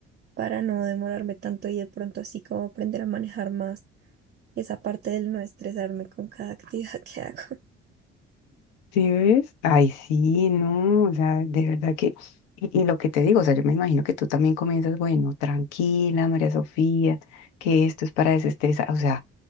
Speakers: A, on the right (about 30°); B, on the left (about 75°).
A: para no demorarme tanto y de pronto así como aprender a manejar más esa parte del no estresarme con cada actividad <laughs> que hago.
B: ¿Sí ves? Ay, sí, no, o sea, de verdad que, y, y lo que te digo, o sea, yo me imagino que tú también comienzas, bueno, tranquila, María Sofía, que esto es para desestresar, o sea,